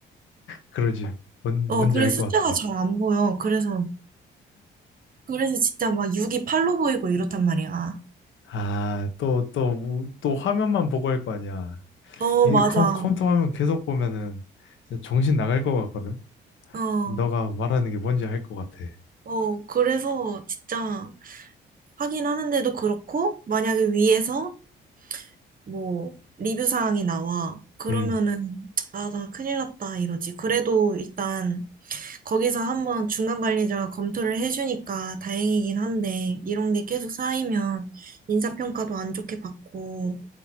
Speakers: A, on the left; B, on the right.
A: 그러지. 뭔
B: 어,
A: 뭔지
B: 그래서
A: 알 것
B: 숫자가
A: 같아.
B: 잘 안 보여. 그래서, 그래서 진짜 막 6이 8로 보이고 이렇단 말이야.
A: 아, 또, 또, 뭐, 또 화면만 보고 할 거 아니야.
B: 어,
A: 이게
B: 맞아.
A: 컴, 컴퓨터 화면 계속 보면은 진짜 정신 나갈 것 같거든.
B: 어,
A: 너가 말하는 게 뭔지 알 것 같아.
B: 어, 그래서 진짜 하긴 하는데도 그렇고, 만약에 위에서 뭐 리뷰 사항이 나와. 그러면은
A: 음.
B: 아, 나 큰일 났다 이러지. 그래도 일단 거기서 한번 중간 관리자가 검토를 해주니까 다행이긴 한데 이런 게 계속 쌓이면 인사평가도 안 좋게 받고